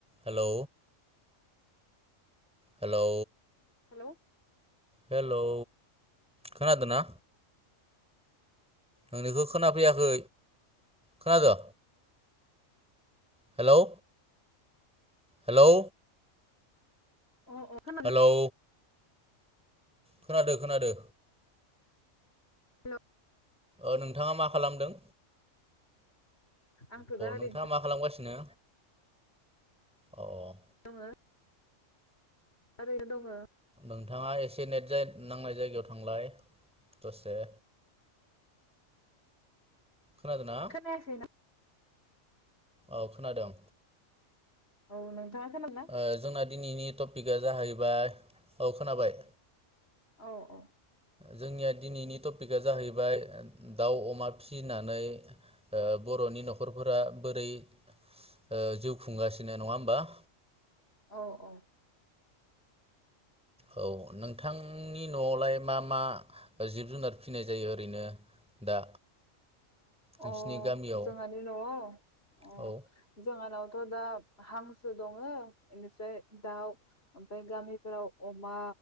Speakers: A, in the centre; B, on the left.
A: Hello hello
B: hello
A: hello खोनादों ना नोंनिखो खोनाफैयाखै खोनादो हेलौ हेलौ
B: अ अ खोनादों
A: हेलौ खोनादो खोनादो
B: हेल'
A: ओ नोंथाङा मा खालामदों?
B: आंथ' दा ओरैनोसो
A: नोंथाङा मा खालामगासिनो नो औ
B: दङो ओरैनो दङ।
A: नोंथाङा एसे नेट जा नांनाय जाय गायाव थांलाय दसे खोनादोंना?
B: खोनायाखैना
A: औ खोनादों।
B: औ नोंथाङा खोनादोंना
A: ओ जोंना दिनैनि टपिकआ जाहैबाय औ खोनाबाय।
B: औ औ।
A: जोंनिया दिनैनि टपिकआ जाहैबाय दाउ अमा फिसिनानै ओ बर'नि न'खरफोरा बोरै ओ जिउ खुंगासिनो नङा होमबा <inaudible>
B: औ औ।
A: औ नोंथांनि न'आवलाय मा मा? जिब जुनार फिसिनाय जायो ओरैनो। दा। नोंसिनि
B: अ
A: गामियाव
B: जोंहानि न'आव अ
A: औ
B: जोंहानाव थ' दा हांसो दङ बेनिफ्राय दाउ ओमफ्राय गामिफोराव अमा